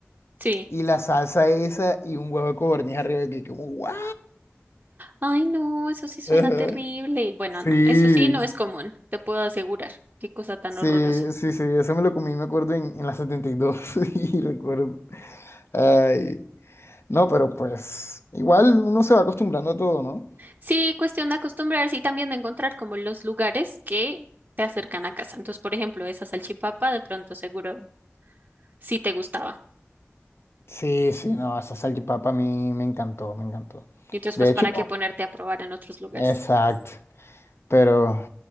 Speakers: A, on the right (about 35°); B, on the left (about 70°).
A: Sí.
B: y la salsa esa y un huevo de codorniz arriba que como, ¿what?
A: Ay, no, eso sí suena
B: Ajá.
A: terrible. Bueno,
B: Sí,
A: no, eso sí no es común, te puedo asegurar. Qué cosa tan
B: sí,
A: horrorosa.
B: sí, sí, eso me lo comí, me acuerdo, en, en la 72 y dos <laughs> y recuerdo. Ay, no, pero pues igual uno se va acostumbrando a todo, ¿no?
A: Sí, cuestión de acostumbrarse y también de encontrar como los lugares que te acercan a casa. Entonces, por ejemplo, esa salchipapa de pronto seguro sí te gustaba.
B: Sí, sí, no, esa salchipapa a mí me encantó, me encantó.
A: Y entonces,
B: De
A: pues,
B: hecho,
A: ¿para qué ponerte a probar en otros lugares?
B: exacto, pero